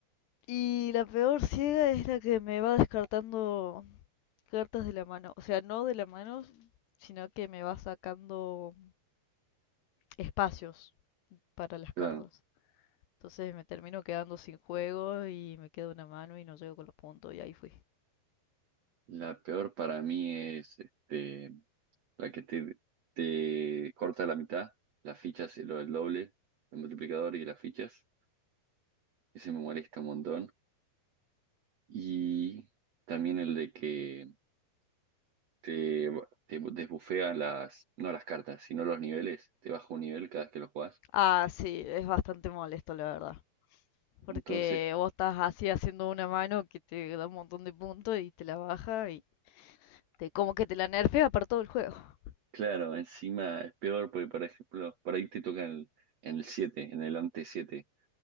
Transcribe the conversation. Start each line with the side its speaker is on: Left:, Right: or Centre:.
Left: Y la peor ciega es la que me va descartando cartas de la mano. O sea, no de la mano, sino que me va sacando espacios para las
Right: Claro.
Left: cartas. Entonces me termino quedando sin juego y me queda una mano y no llego con los puntos y ahí fui.
Right: La peor para mí es este, la que te, te corta la mitad, las fichas, lo del doble, el multiplicador y las fichas. Ese me molesta un montón. Y también el de que te, te desbufea las, no las cartas, sino los niveles. Te baja un nivel cada vez que lo jugás.
Left: Ah, sí, es bastante molesto, la verdad. Porque
Right: Entonces,
Left: vos estás así haciendo una mano que te da un montón de puntos y te la baja y te como que te la nerfea para todo el juego.
Right: claro, encima es peor porque, por ejemplo, por ahí te toca en el, en el 7, en el ante siete